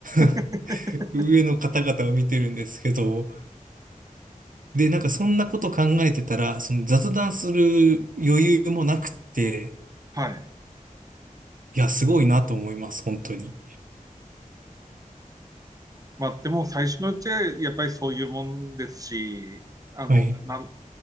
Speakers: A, on the right (about 75°); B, on the right (about 25°).
A: <laughs>
B: <laughs>。
A: 上の方々を見てるんですけど、で、なんかそんなこと考えてたら、その雑談する余裕もなくって、
B: はい。
A: いや、すごいなと思います、本当に。
B: まあ、でも最初のうちはやっぱりそういうもんですし、あの、
A: はい。
B: なん